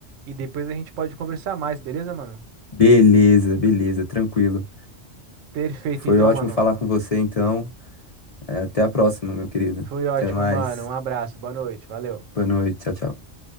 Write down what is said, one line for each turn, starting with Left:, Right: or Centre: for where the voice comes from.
Right: e depois a gente pode conversar mais, beleza, mano?
Left: Beleza, beleza, tranquilo.
Right: Perfeito,
Left: Foi
Right: então,
Left: ótimo
Right: mano.
Left: falar com você, então. É, até a próxima, meu querido.
Right: Foi ótimo,
Left: Até mais.
Right: mano. Um abraço, boa noite, valeu.
Left: Boa noite, tchau, tchau.